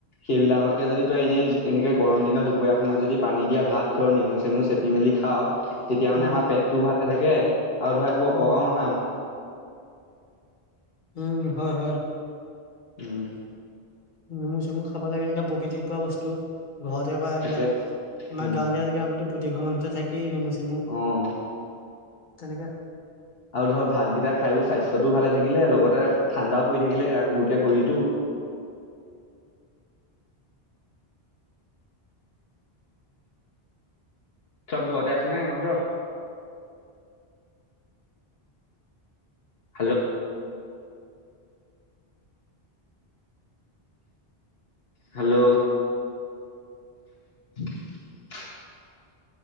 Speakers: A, on the left (about 70°); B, on the left (about 50°).
A: সেইবিলাকতকৈ যদি তই এনেই এনেকৈ গৰম দিন দুপৰীয়া সময়ত যদি পানী দিয়া ভাত ধৰ নেমু চেমু চেপি মেলি খাৱ তেতিয়া
B: উম
A: মানে আমাৰ পেটটোও ভালে থাকে আৰু ধৰা একো
B: উম
A: অপকাৰও নহয় আম
B: উম, হয়, হয়।
A: উম,
B: নেমু চেমু খাব লাগে কেনেকা প্ৰকৃতিত পোৱা বস্তু ঘৰতে পা এইবিলাক
A: তাকে
B: আমাৰ
A: উম,
B: গাঁৱলীয়া জেগা প্ৰতিঘৰ মানুহতে থাকে কেই নেমু চেমু
A: অ'।
B: তেনেকে
A: আৰু ধৰ ভাতকেইটা খায়ো স্বাস্থ্যটোও ভালে থাকিলে লগতে ঠাণ্ডাও পৰি থাকিলে গোটেই শৰীৰটো
B: <inaudible>
A: চব ঘৰতে আছে নে তহঁত? হেল্ল হেল্ল <inaudible>